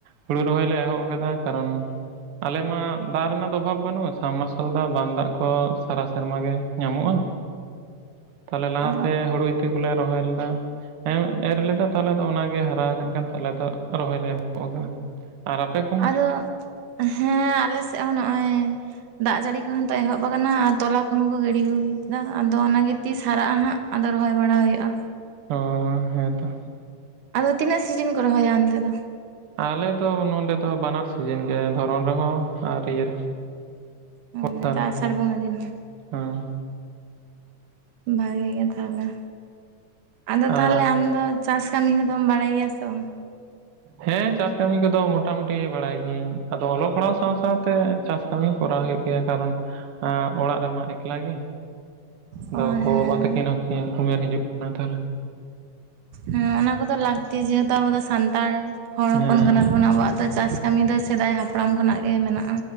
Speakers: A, on the right; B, on the right.
A: ᱦᱩᱲᱩ ᱨᱚᱦᱚᱭ ᱞᱮ ᱮᱦᱚᱵ ᱟᱠᱟᱫᱟ, ᱠᱟᱨᱚᱱ ᱟᱞᱮ ᱢᱟ ᱫᱟᱜ ᱨᱮᱱᱟᱜ ᱫᱚ ᱚᱵᱷᱟᱵ ᱵᱟᱹᱱᱩᱜᱼᱟ ᱥᱟᱢ ᱢᱟᱨᱥᱟᱞ ᱫᱟᱜ ᱵᱟᱱ ᱫᱟᱜ ᱠᱚ ᱥᱟᱨᱟ ᱥᱮᱨᱢᱟ ᱜᱮ ᱧᱟᱢᱚᱜᱼᱟ᱾ ᱛᱟᱞᱦᱮ ᱞᱟᱦᱟ
B: ᱚ
A: ᱛᱮ ᱦᱩᱲᱩ ᱤᱛᱟᱹ ᱠᱚᱞᱮ ᱨᱚᱦᱚᱭ ᱞᱮᱫᱟ, ᱮᱨ ᱞᱮᱫᱟ ᱛᱟᱦᱚᱞᱮ ᱫᱚ ᱚᱱᱟᱜᱮ ᱦᱟᱨᱟ ᱟᱠᱟᱱ ᱠᱷᱟᱱ ᱛᱟᱦᱞᱮ ᱫᱚ ᱨᱚᱦᱚᱭ ᱞᱮ ᱮᱦᱚᱵ ᱟᱠᱟᱫᱟ᱾ ᱟᱨ ᱟᱯᱮ ᱠᱚ
B: ᱟᱫᱚ ᱦᱮᱸ ᱟᱞᱮ ᱥᱮᱫ ᱦᱚᱸ ᱱᱚᱜᱼᱚᱭ ᱫᱟᱜ ᱡᱟᱹᱲᱤ ᱠᱚᱦᱚᱸ ᱛᱚ ᱮᱦᱚᱵ ᱟᱠᱟᱱᱟ ᱟᱨ ᱛᱚᱞᱟ ᱠᱚᱦᱚᱸ ᱠᱚ ᱜᱤᱰᱤ ᱦᱩᱭ ᱠᱟᱜᱼᱟ ᱟᱫᱚ ᱚᱱᱟᱜᱮ ᱛᱤᱥ ᱦᱟᱨᱟᱜᱼᱟ᱾ ᱦᱟᱸᱜ ᱟᱫᱚ ᱨᱚᱦᱚᱭ ᱵᱟᱲᱟ ᱦᱳᱭᱳᱜᱼᱟ᱾
A: ᱚ ᱦᱮᱸ ᱛᱚ᱾
B: ᱟᱫᱚ ᱛᱤᱱᱟᱹᱜ ᱥᱤᱡᱤᱱ ᱠᱚ ᱨᱚᱦᱚᱭᱟ ᱚᱱᱛᱮ ᱫᱚ?
A: ᱟᱞᱮ ᱫᱚ ᱱᱚᱰᱮ ᱫᱚ ᱵᱟᱱᱟᱨ ᱥᱤᱡᱤᱱ ᱜᱮ ᱫᱷᱚᱨᱚᱱ ᱨᱮ ᱦᱚᱸ ᱟᱨ ᱤᱭᱟᱹ
B: ᱚ ᱱᱤᱛᱚᱜ
A: ᱨᱮᱦᱚᱸ
B: ᱟᱥᱟᱲ ᱵᱚᱸᱜᱟ ᱫᱤᱱ ᱦᱚᱸ᱾
A: ᱦᱮᱸ᱾
B: ᱵᱷᱟᱜᱤ ᱜᱮ ᱛᱟᱦᱞᱮ, ᱟᱫᱚ
A: ᱟᱨ
B: ᱛᱟᱦᱞᱮ ᱟᱢ ᱫᱚ ᱪᱟᱥ ᱠᱟᱹᱢᱤ ᱠᱚᱫᱚᱢ ᱵᱟᱲᱟᱭ ᱜᱮᱭᱟ ᱥᱮ ᱵᱟᱝ?
A: ᱦᱮᱸ ᱪᱟᱥ ᱠᱟᱹᱢᱤ ᱠᱚ ᱫᱚ ᱢᱚᱴᱟ ᱢᱩᱴᱤ ᱵᱟᱲᱟᱭ ᱜᱤᱭᱟᱹᱧ᱾ ᱟᱫᱚ ᱚᱞᱚᱜ ᱯᱟᱲᱦᱟᱣ ᱥᱟᱶ ᱥᱟᱶᱛᱮ ᱪᱟᱥ ᱠᱟᱹᱢᱤ ᱠᱚᱨᱟᱣ ᱦᱩᱭᱩᱜ ᱜᱮᱭᱟ, ᱠᱟᱨᱚᱱ ᱚᱲᱟᱜ ᱨᱮᱢᱟ ᱮᱠᱞᱟ ᱜᱮ᱾ ᱟᱫᱚ
B: ᱚ ᱦᱮᱸ
A: ᱜᱚᱼᱵᱟᱵᱟ ᱛᱟᱹᱠᱤᱱ ᱦᱚᱸᱠᱤᱱ ᱩᱢᱮᱨ ᱦᱤᱡᱩᱜ ᱠᱟᱱᱟ ᱛᱟᱦᱮᱱ
B: ᱦᱮᱸ ᱚᱱᱟ ᱠᱚ ᱫᱚ ᱞᱟᱹᱠᱛᱤ ᱡᱮᱦᱮ ᱛᱩ ᱟᱵᱚ ᱫᱚ ᱥᱟᱱᱛᱟᱲ ᱦᱚᱲ
A: ᱦᱮᱸ
B: ᱦᱚᱯᱚᱱ ᱠᱟᱱᱟ ᱵᱚᱱ ᱟᱵᱚ ᱣᱟᱜ ᱫᱚ ᱪᱟᱥ ᱠᱟᱹᱢᱤ ᱫᱚ ᱥᱮᱫᱟᱭ ᱦᱟᱯᱲᱟᱢ ᱠᱷᱚ ᱱᱟᱜ ᱜᱮ ᱢᱮᱱᱟᱜᱼᱟ᱾